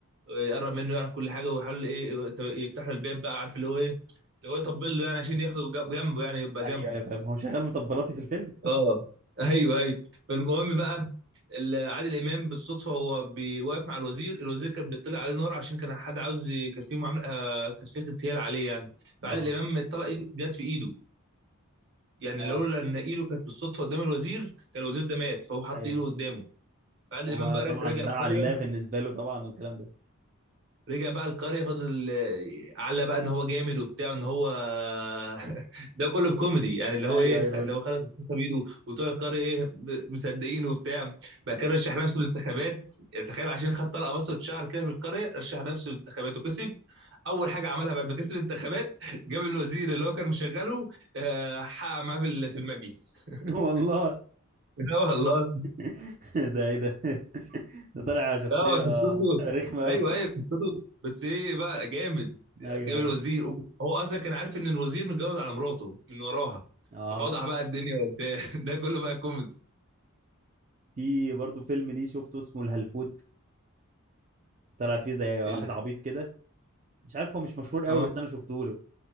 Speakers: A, on the right; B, on the right.
A: يقرب منه يعرف كل حاجه ويحاول ايه يفتح له الباب بقى عارف اللي هو ايه اللي هو يطبل له يعني عشان ياخده جنبه يعني يبقى
B: ايوه
A: جنبه
B: ايوه فاهم هو شغال مطبلاتي في الفيلم
A: اه ايوه ايوه فالمهم بقى ال- عادل امام بالصدفه هو بيوقف مع الوزير الوزير كان بيطلع عليه نار عشان كان حد عاوز ي- كان في معامله آه، كان في اغتيال عليه يعني فعادل
B: اه
A: امام اتطلق إيد- جت في ايده يعني
B: اه
A: لولا ان ايده كانت بالصدفه قدام الوزير كان الوزير ده مات فهو حط
B: ايوه
A: ايده قدامه فعادل
B: هو
A: امام
B: بقى
A: بقى
B: طبعا
A: رج- رجع
B: ده
A: القريه
B: علاه بالنسبه له طبعا والكلام ده
A: رجع بقى القرية فضل على بقى ان هو جامد وبتاع ان هو <laughs> ده كله بكوميدي يعني اللي هو
B: ايوه
A: ايه
B: ايوه
A: اللي هو خرج القصة بيده وبتوع القرية ايه ب- مصدقين وبتاع بقى كان رشح نفسه للانتخابات يعني تخيل عشان خد طلقة بصة شعر كده في القرية رشح نفسه للانتخابات وكسب اول حاجة عملها بعد ما كسب الانتخابات <laughs> جاب الوزير اللي هو كان مشغله آه، حقق معاه في ال- في المجلس <laughs>
B: <laughs> والله
A: لا والله
B: <laughs> ده ايه ده <laughs> ده طالع شخصية
A: لا هو قصته
B: رخمة
A: ايوه
B: أوي
A: ايوه قصته بس ايه بقى جامد
B: <laughs>
A: جاب
B: أيوه
A: الوزير
B: أيوه
A: هو اصلا كان عارف ان الوزير متجوز على مراته من وراها
B: آه
A: ففضح بقى الدنيا وبتاع <laughs> ده كله بقى كوميدي
B: في برضه فيلم ليه شفته اسمه الهلفوت طلع فيه زي واحد
A: الح-
B: عبيط كده مش عارف هو مش مشهور قوي
A: اه
B: بس أنا شفته له